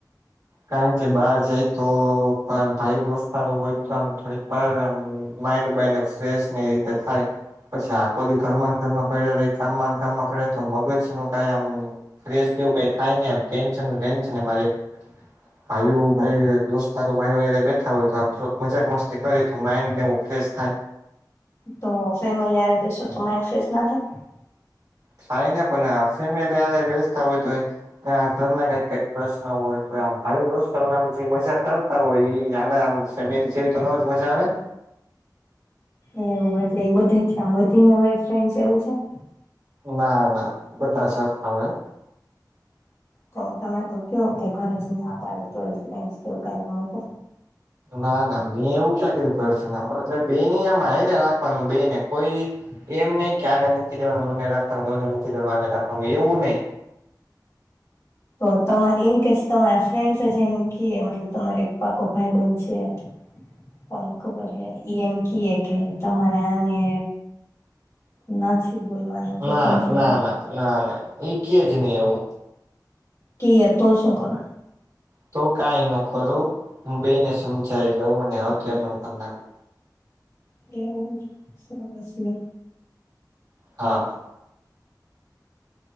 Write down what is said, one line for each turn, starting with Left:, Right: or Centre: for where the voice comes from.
Right: કારણ કે બાર જાય તો આમ ભાઈ દોસ્તારો હોય તો આમ થોડીક વાર આમ માઇન્ડ બાઇન્ડને ફ્રેશ ને એ રીતે થાય. પછી આખો દી ઘર ન ઘરમાં પઈડા રહી કામ ને કામમાં પડ્યા તો મગજનું કઈ આમ ફેશ જેવું કઈ થાય ની આમ ટેન્શન ટેન્શન ને મારે ભાયું, ભાયું દો તારું ભાઈઓરે બેઠા હોય તો આમ થોડુક મજાક મસ્તી કરી તો માઇન્ડ ને એવું ફ્રેશ થાય.
Left: તો ફેમિલી હારે બેસો તો માઇન્ડ ફેશ ના થાય?
Right: થાય ને પણ ફેમિલી હારે બેસતા હોય તો એ ના ઘર ના કઈક કઈક પ્રશ્ન હોય તો આમ ભાઈયો દોસ્તારોને આમ જે મજા કર તા હોય ઈ આને આમ ફેમેલી જેવી તો નજ મજા આવે ને?
Left: એવું એટલે એ બધાઈથી આમ વધીને હોય ફ્રેન્ડસ એવું છે?
Right: ના ના, બધા સરખા હોય હ.
Left: તો તમે તો ક્યો કે ઘરે થી ના પાડે તોએ ફ્રેન્ડસ કેવું કઈ ના મુકો?
Right: ના ના મેં એવું ક્યાં કીધું ઘર શી ને પાડે એટલે બેની આમ હાઈરે રાખવાનું બે ને કોઈ એમ નહી કે આને મૂકી દેવાનું ને ઓને રાખવાનું ને ઓને મૂકી દેવાનું આને રાખવાનું એવું નહી.
Left: તો તમા ઇનકેસ તમારા ફ્રેન્ડ્સ અજ એમ કીએ મતલબ તમારે એક પાકો ભાઈબન છે હ તમને ખબર હે ઈ એમ કીએ કે તમારે આને નથી બોલવાનું. તો
Right: ના
Left: તમે શું
Right: ના
Left: કો
Right: ના ના ના એ કેજ ની એવું.
Left: કે તો શું કરવાનું?
Right: તો કાઈ ન કરું. હું બેને સમજાઈ લઉં ને હતું એમ નેમ કર નાખુ.
Left: એવું, સરસ લે.
Right: હા.